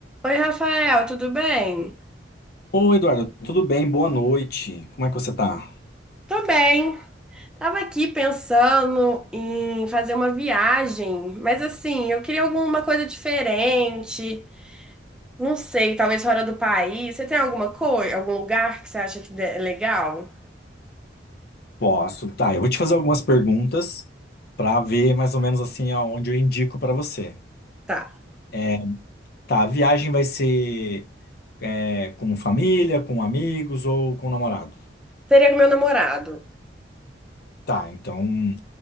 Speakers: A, in the centre; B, on the left.
A: Oi, Rafael, tudo bem?
B: Ô, Eduardo, tudo bem? Boa noite. Como é que você tá?
A: Tô bem. Tava aqui pensando em fazer uma viagem, mas assim, eu queria alguma coisa diferente. Não sei, talvez fora do país. Você tem alguma coisa, algum lugar que você acha que é legal?
B: Posso, tá. Eu vou te fazer algumas perguntas pra ver mais ou menos assim aonde eu indico pra você.
A: Tá.
B: É, Tá, a viagem vai ser é, com família, com amigos ou com namorado?
A: Seria com meu namorado.
B: Tá, então,